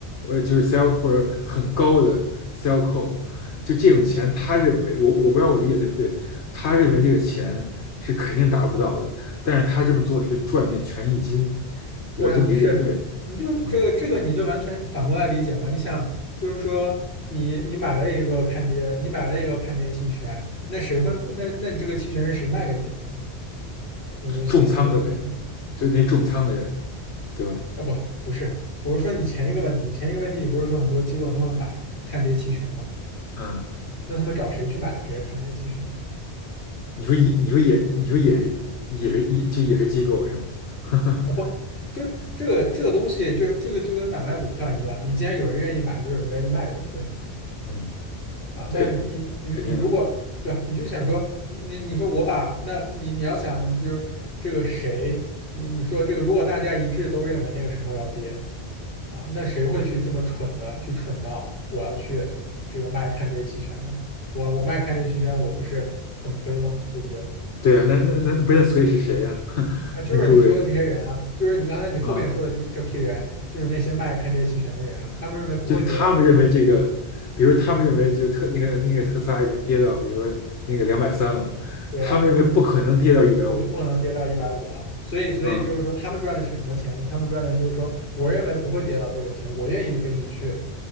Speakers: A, on the left (about 80°); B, on the left (about 70°).
A: 呃，就是 sell 或者很高的 sell call，就这种钱，
B: 嗯，
A: 他认为我我不知道我理解对不对，他认为这个钱是肯定达不到的，但是他这么做是赚那权益金，
B: 对啊，
A: 我这么理解对吗？
B: 是，你就这个这个你就完全反过来理解嘛，
A: 嗯。
B: 你想就是说你你买了一个看跌，你买了一个看跌期权，那谁会那那你这个期权是谁卖给你的呢？你有没有想过这个问题？
A: 重仓的呗，就那重仓的人，对吧？
B: 啊，不，不是，我是说你前一个问题，前一个问题你不是说很多机构他们买看跌期权吗？
A: 嗯，
B: 那他们找谁去买的这些看跌期权？
A: 你说也，你说也，你说也是，也是，也就也是机构是吗？<laughs>
B: 啊，不，就是这个这个东西就，这个就跟买卖股票一样，你既然有人愿意买，就有人愿意卖，对不对？
A: 嗯，
B: 啊，那你你你如果对，
A: 对，肯定的，
B: 你就想说，你你你说我把，那你你要想，你就是这个谁，你你说这个，如果大家一致都认为那个时候要跌啊，那谁会去这么蠢的去蠢到我要去这个卖看跌期权呢？我我卖看跌期权，我不是很亏吗？对不对？
A: 对啊，那那那不是，所以是谁呀、<laughs>
B: 啊，就是你说的这些人啊，
A: 那各位
B: 就是你刚才你后面说的这这批人，
A: 啊，
B: 就是那些卖看跌期权的人啊，他们认为不会跌到那个程度啊。
A: 就他们认为这个，比如他们认为就特那个那个特斯拉已经跌到，比如说那个两百三了，
B: 对呀、
A: 他们认为不可能跌到一百五
B: 我会不可能跌到一百五啊，所以所以就是说，
A: 啊，
B: 他们赚的是什么钱呢？他们赚的就是说，我认为不会跌到这个钱，我愿意给你去